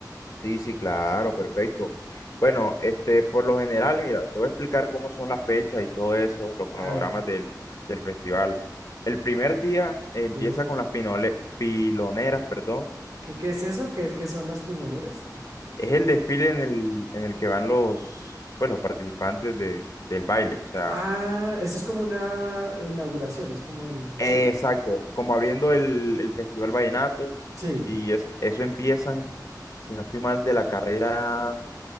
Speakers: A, on the left (about 45°); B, on the right (about 50°).
A: Sí, sí, claro, perfecto. Bueno, este, por lo general, mira, te voy a explicar cómo son las fechas y todo eso, los cronogramas
B: A ver,
A: del, del festival. El primer día empieza
B: sí.
A: con las pinole- piloneras, perdón,
B: ¿Qué, qué es eso? ¿Qué es que son las piloneras?
A: Es el desfile en el, en el que van los, pues, los participantes de, del baile, o sea,
B: Ah, eso es como una inauguración, es como el...
A: eh,
B: ¿Sí?
A: exacto, como abriendo el, el Festival Vallenato,
B: Sí.
A: y es, eso empiezan, si no estoy mal, de la carrera,